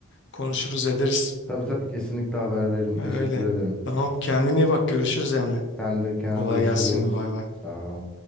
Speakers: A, on the left; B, in the centre.
A: konuşuruz ederiz.
B: Tabii tabii kesinlikle haber veririm. Teşekkür
A: Öyle.
B: ederim.
A: Tamam. Kendine iyi bak. Görüşürüz Emre.
B: Sen de Kenan
A: Kolay
B: görüşürüz.
A: gelsin. Bay bay.
B: Sağ ol.